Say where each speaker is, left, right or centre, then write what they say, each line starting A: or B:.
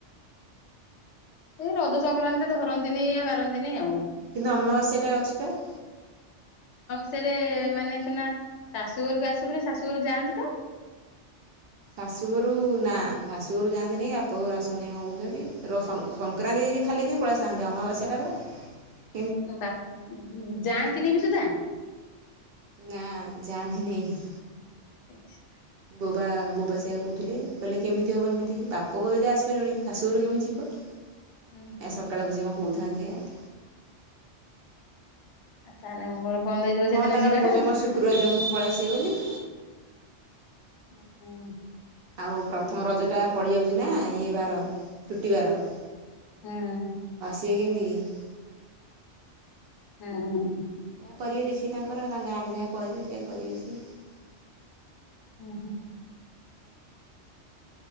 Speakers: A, on the left (about 75°); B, on the right (about 65°).
A: କୋଉ ରଜ ସଂକ୍ରାନ୍ତିରେ ଧରନ୍ତିନୀ ୟା ବାର ନ୍ତୀନି । ନ୍ତିନୀ ଆଉ ।
B: କିନ୍ତୁ ଅମାବାସ୍ୟା ଟା ଅଛି ପା ।
A: ସେରେ ମାନେ ସିନା ଶାଶୁଘରକୁ ଆସିବୁନି ଶାଶୁଘରକୁ ଯାଆନ୍ତି ତ ।
B: ଶାଶୁଘରୁ ନା ଶାଶୁଘରୁ ଯାଆନ୍ତିନି କି ବାପ ଘରୁ ଆସନ୍ତିନି କଣ କହୁଛନ୍ତି ର ସ ସଂକ୍ରାନ୍ତି ହେଇି ଖାଲି ପଳେଇଆସନ୍ତି ଅମାବାସ୍ୟାଟା ବା ।
A: ବାପ ଜାଆନ୍ତିନି ବି ସୁଧା ।
B: ନା ଯାଆନ୍ତିନି ।
A: <unintelligible>
B: ବୋଉ ବା ବୋଉ ପା ସେଇଆ କହୁଥିଲେ କହିଲେ କେମିତି ହେବ ଏମିତି ବାପା ଘରୁ ଯଦି ଆସିପାରିବନି ଶାଶୁଘରକୁ କେମିତି ଯିବ ।
A: ହୁଁ ହୁଁ।
B: ଏ ସକାଳେ ବସି କଣ କହୁ ଥାନ୍ତି ବା ।
A: ଆଉ ତା ହେଲେ ମୋ ବନ୍ଦ ହେଇଯିବ ସେଦିନ
B: କଣ ତାଙ୍କର
A: ଯିବାଟା
B: କହୁଛନ୍ତି କଣ ଶୁକ୍ରବାର ଦିନ ମୁଁ ପଳେଇଆସିବେ ବୋଲି ।
A: ହୁଁ ।
B: ଆଉ ପ୍ରଥମ ରଜଟା ପଡ଼ିଯାଉଛି ନା ଏ ବାର ଛୁଟିବାର ।
A: ହୁଁ ।
B: ସିବେ କକେମିତି କି।
A: ହୁଁ ।
B: ଯା କରିବେ ଦେଖିକି ତାଙ୍କର ତାଙ୍କ ଗାଁରେ ଯାହା କହିବେ ସେୟା କରିବେ ସିଏ ।
A: ହୁଁ ହୁଁ ।